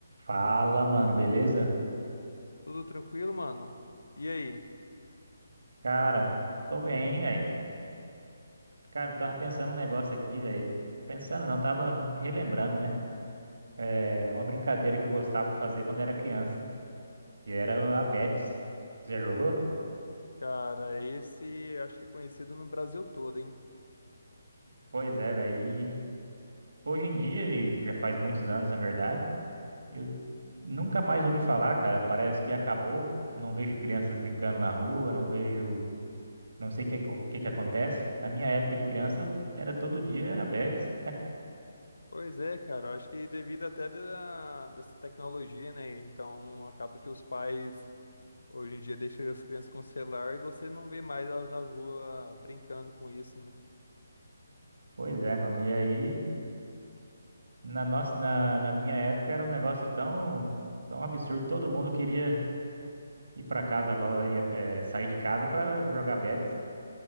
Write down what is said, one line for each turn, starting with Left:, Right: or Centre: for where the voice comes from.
Right: Fala, mano, beleza?
Left: Tudo tranquilo, mano? E aí?
Right: Cara, tô bem, velho. Cara, eu tava pensando um negócio aqui, velho. Pensando não, tava relembrando, né? É uma brincadeira que eu gostava de fazer quando era criança, que era a
Left: Hum,
Right: Betis. Você já jogou?
Left: cara, esse acho que é conhecido no Brasil todo, hein?
Right: Pois é, velho. E hoje em dia, e já faz muitos anos, na verdade, eu nunca mais ouvi falar, cara. Parece que acabou. Não vejo crianças brincando na rua, não vejo. Não sei o que, o que que acontece. Na minha época de criança, eu era todo dia, era Betis.
Left: Pois é, cara, eu acho que devido até da, dessa tecnologia, né? Então acaba que os pais hoje em dia deixam as crianças com o celular e você não vê mais elas na rua brincando com isso, né?
Right: Pois é, mano. E aí, na nossa, na, na minha época era um negócio tão, tão absurdo. Todo mundo queria ir pra casa logo, ia, eh, sair de casa pra jogar bet.